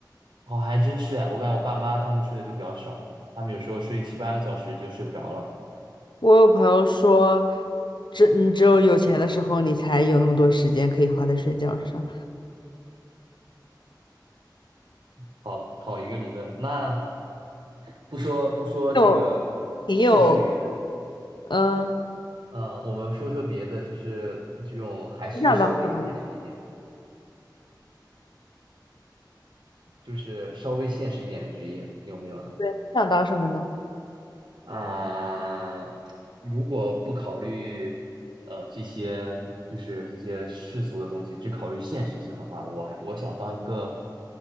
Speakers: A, on the right; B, on the left.
A: 哦，还真是哎，我感觉我爸妈他们睡的就比较少，他们有时候睡七八个小时就睡不着了。
B: 我有朋友说，只你只有有钱的时候，你才有那么多时间可以花在睡觉上，
A: 好好一个理论，那不说不说这个嗜睡源，
B: 有挺有，嗯、
A: 呃，我们说说别的，就是这种还是稍微现实一点，
B: 你想当什么呢？
A: 就是稍微现实一点的职业有没有呢？
B: 对，你想当什么呢？
A: 啊、如果不考虑呃这些就是这些世俗的东西，只考虑现实性的话，我还我想当一个，